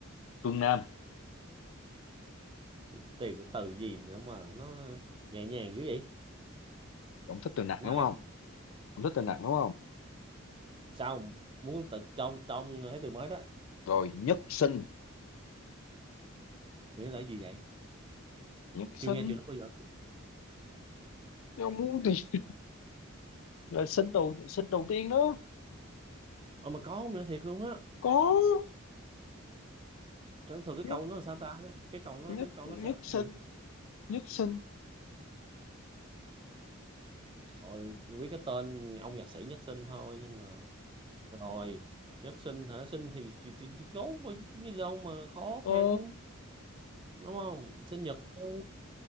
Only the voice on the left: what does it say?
Phương Nam
ông thích từ nặng
đúng
không ông thích từ nặng đúng không
rồi nhất sinh
nhất sinh
ông muốn thì là sinh đầu sinh đầu tiên đó
có
nhất
nhất
nhất
sinh
nhất sinh
ờ